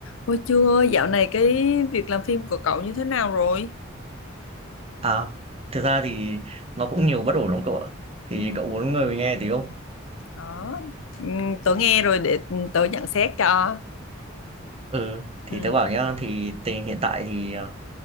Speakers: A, on the left (about 85°); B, on the right (about 30°).
A: Ôi Trương ơi, dạo này cái việc làm phim của cậu như thế nào rồi?
B: À, thực ra thì nó cũng nhiều bất ổn lắm cậu ạ. Thì
A: Ừ.
B: cậu muốn người nghe tí không?
A: Đó, ừ, tớ nghe rồi để tớ nhận xét cho.
B: Ừ, thì
A: Ừ,
B: tớ bảo nhá, thì tình hình hiện tại thì ờ,